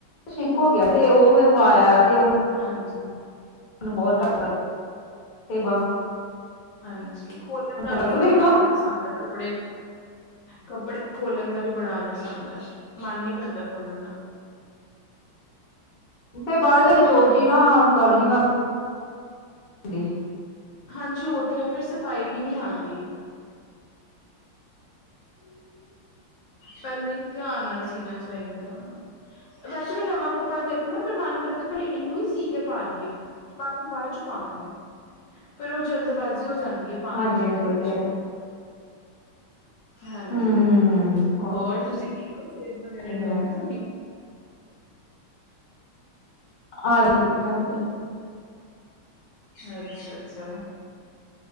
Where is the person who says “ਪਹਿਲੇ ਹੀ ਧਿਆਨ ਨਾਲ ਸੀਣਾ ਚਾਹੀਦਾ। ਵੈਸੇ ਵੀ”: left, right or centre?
Left